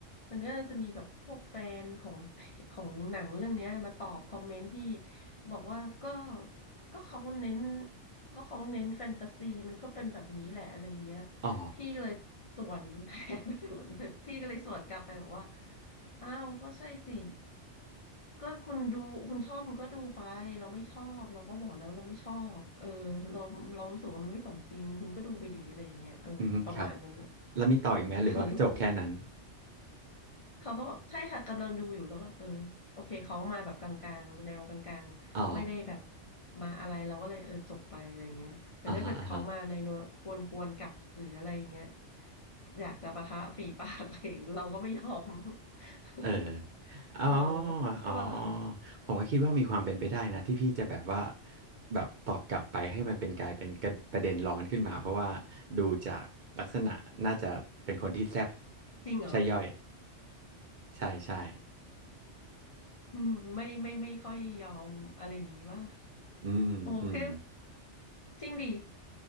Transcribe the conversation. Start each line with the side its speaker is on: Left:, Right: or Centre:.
Left: มันก็จะมีแบบพวกแฟนของของหนังเรื่องเนี้ยมาตอบคอมเมนต์พี่บอกว่าก็ก็เขาเน้นก็เขาเน้นแฟนตาซีมันก็เป็นแบบนี้แหละอะไรเงี้ย
Right: อ๋อ
Left: พี่ก็เลยสวนแทงไปสวนเลยพี่ก็เลยสวนกลับไปบอกว่า อ้าว ก็ใช่สิ ก็คุณดูคุณชอบคุณก็ดูไปเราไม่ชอบเราก็บอกแล้วเราไม่ชอบ เออ เราเรารู้สึกว่ามันไม่สมจริงคุณก็ดูไปดีอะไรอย่างเงี้ยเออ
Right: อืมครับ
Left: ประมาณนั้นนะ
Right: แล้วมีต่ออีกไหมหรือว่าจบแค่นั้น
Left: <laughs> เขาก็บใช่ค่ะกำลังดูอยู่แล้วก็เออโอเคเขามาแบบกลางๆแนวกลางๆไม่ได้แบบ
Right: อ๋อ
Left: มาอะไรเราก็เลยเออจบไปอะไรเงี้ยแต่ถ้าเกิดเขามาในนัวกวนๆกลับหรืออะไรเงี้ย
Right: อ่าฮะอ่าฮะ
Left: อยากจะปะทะฝีปากอะไรเราก็ไม่ยอม <laughs>
Right: เอออ๋อ
Left: เออใช่ปะล่ะ
Right: อ๋อผมก็คิดว่ามีความเป็นไปได้นะที่พี่จะแบบว่าแบบตอบกลับไปให้มันเป็นกลายเป็นกระประเด็นร้อนขึ้นมาเพราะว่าดูจากลักษณะน่าจะเป็นคนที่แซ่บ
Left: จริงเหรอ
Right: ใช่ย่อยใช่ใช่
Left: อืมไม่ไม่ไม่ค่อยยอมอะไรอย่างงี้ป่ะ
Right: อืมอืม
Left: โอเคจริงดิ